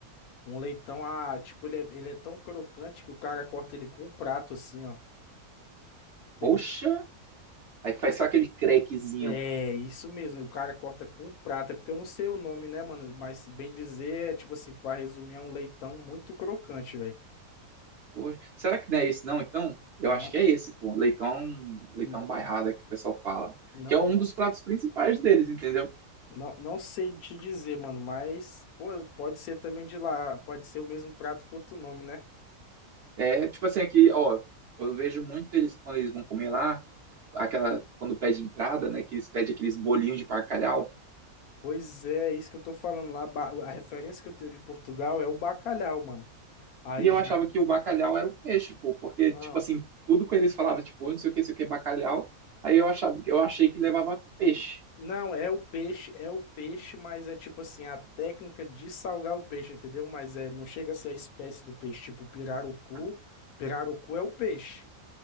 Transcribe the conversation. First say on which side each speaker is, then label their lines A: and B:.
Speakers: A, on the left (about 80°); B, on the right (about 60°).
A: Um leitão a. Tipo, ele é, ele é tão crocante que o cara corta ele com um prato, assim, ó. Entendeu?
B: Poxa! Aí faz só aquele crequezinho.
A: É, isso mesmo. O cara corta com prata É porque eu não sei o nome, né, mano? Mas bem dizer, é tipo assim, pra resumir, é um leitão muito crocante, velho.
B: Poxa, será que não é esse não, então? Eu
A: Não,
B: acho que é esse, pô. Leitão, leitão
A: não,
B: bairrada que o pessoal fala.
A: não,
B: Que é um
A: não,
B: dos pratos principais deles, entendeu?
A: não não sei te dizer, mano. Mas, pô, pode ser também de lá. Pode ser o mesmo prato com outro nome, né?
B: É tipo assim, aqui, ó, eu vejo muito eles quando eles vão comer lá, aquela, quando pede entrada, né? Que eles pedem aqueles bolinhos de bacalhau.
A: Pois é, é isso que eu tô falando lá. ba- A referência que eu tenho de Portugal é o bacalhau, mano. Aí
B: E eu
A: já.
B: achava que o bacalhau era o peixe, pô, porque,
A: Não.
B: tipo assim, tudo que eles falavam, tipo, não sei o que, não sei o que, bacalhau. Aí eu achava, eu achei que levava peixe.
A: Não, é o peixe, é o peixe, mas é tipo assim, a técnica de salgar o peixe, entendeu? Mas é, não chega a ser a espécie do peixe, tipo pirarucu.
B: Ah,
A: Pirarucu é o peixe.